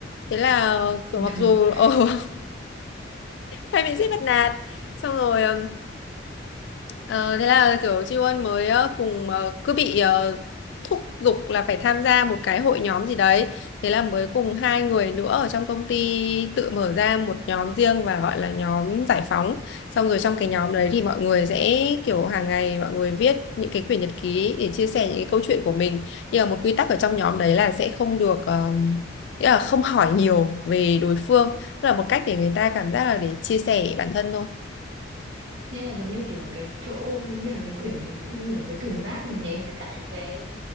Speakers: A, on the left (about 70°); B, on the right (about 80°).
A: thế là kiểu
B: <laughs>
A: mặc dù ồ <laughs> hay bị sếp bắt nạt xong rồi ừm, Ờ, thế là kiểu Chi Won mới ờ, cùng ờ, cứ bị ờ, thúc giục là phải tham gia một cái hội nhóm gì đấy. Thế là mới cùng hai người nữa ở trong công ty tự mở ra một nhóm riêng và gọi là nhóm giải phóng. Xong rồi trong cái nhóm đấy thì mọi người sẽ kiểu hàng ngày mọi người viết những cái quyển nhật ký để chia sẻ những cái câu chuyện của mình. Nhưng mà một quy tắc ở trong nhóm đấy là sẽ không được ờ, nghĩa là không hỏi nhiều về đối phương. Tức là một cách để người ta cảm giác là để chia sẻ bản thân thôi.
B: Nghĩa là giống như kiểu cái chỗ như là cái quyển nó cũng như là cái thùng rác mình ném tất cả những cái